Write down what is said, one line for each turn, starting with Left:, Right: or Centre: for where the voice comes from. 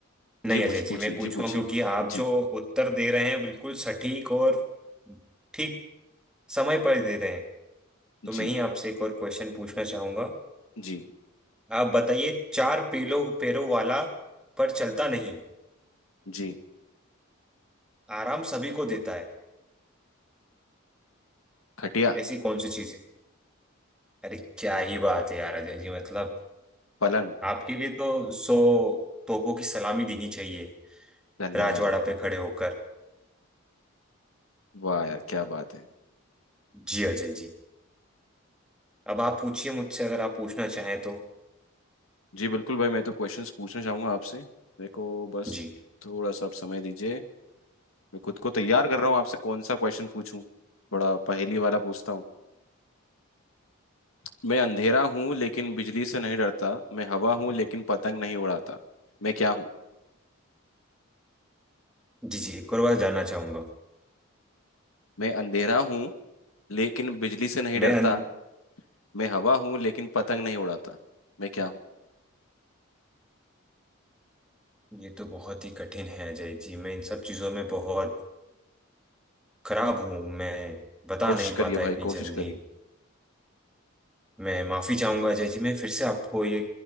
Left: जी
Centre: नहीं
Left: पूछ
Centre: अजय जी
Left: पूछिए
Centre: मैं पूछूं
Left: जी पूछिए
Centre: क्योंकि आप
Left: जी
Centre: जो उत्तर दे रहे हैं बिल्कुल सटीक और ठीक समय पर दे रहे हैं तो मैं
Left: जी
Centre: ही आपसे एक और क्वेश्चन पूछना चाहूंगा
Left: जी
Centre: आप बताइए चार पेलो पैरों वाला पर चलता नहीं
Left: जी
Centre: आराम सभी को देता है
Left: खटिया
Centre: ऐसी कौन सी चीज है अरे क्या ही बात है यार अजय जी मतलब
Left: पलंग
Centre: आपके लिए तो सौ तोपों की सलामी देनी चाहिए
Left: धन्यवाद
Centre: राजवाड़ा
Left: आपका
Centre: पे खड़े होकर
Left: वाह यार क्या बात है
Centre: जी अजय जी अब आप पूछिए मुझसे अगर आप पूछना चाहें तो
Left: जी बिल्कुल भाई मैं तो क्वेश्चंस पूछना चाहूंगा आपसे मेरे को बस
Centre: जी
Left: थोड़ा सा आप समय दीजिए मैं खुद को तैयार कर रहा हूँ आपसे कौन सा क्वेश्चन पूछूं थोड़ा पहेली वाला पूछता हूँ मैं अंधेरा हूँ लेकिन बिजली से नहीं डरता मैं हवा हूँ लेकिन पतंग नहीं उड़ाता मैं क्या हूँ
Centre: जी जी एक और बार जानना चाहूंगा
Left: मैं अंधेरा हूँ लेकिन बिजली से नहीं
Centre: मैं
Left: डरता
Centre: अन...
Left: मैं हवा हूँ लेकिन पतंग नहीं उड़ाता मैं क्या हूँ
Centre: ये तो बहुत ही कठिन है अजय जी मैं इन सब चीज़ों में बहुत खराब हूँ मैं बता
Left: कोशिश
Centre: नहीं पाता
Left: करिए भाई
Centre: इतनी
Left: कोशिश
Centre: जल्दी
Left: करिए
Centre: मैं माफ़ी चाहूंगा अजय जी मैं फिर से आपको ये